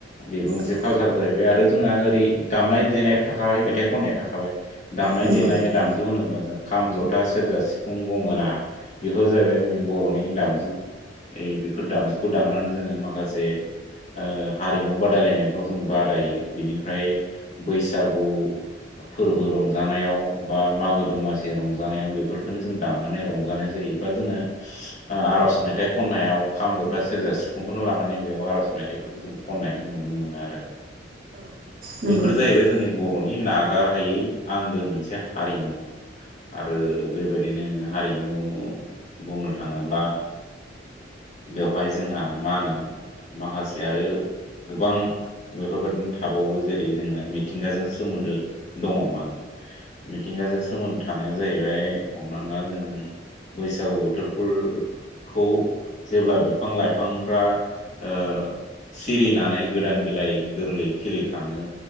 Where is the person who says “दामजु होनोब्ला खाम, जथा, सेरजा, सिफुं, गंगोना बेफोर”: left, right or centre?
Left